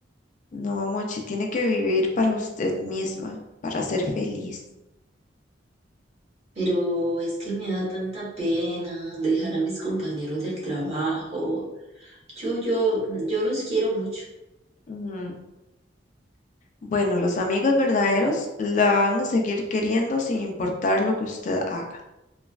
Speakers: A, on the left; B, on the right.
A: No, Mochi, tiene que vivir para usted misma, para ser feliz.
B: Pero es que me da tanta pena dejar a mis compañeros del trabajo. Yo, yo, yo los quiero mucho.
A: Ujú. Bueno, los amigos verdaderos la van a seguir queriendo sin importar lo que usted haga.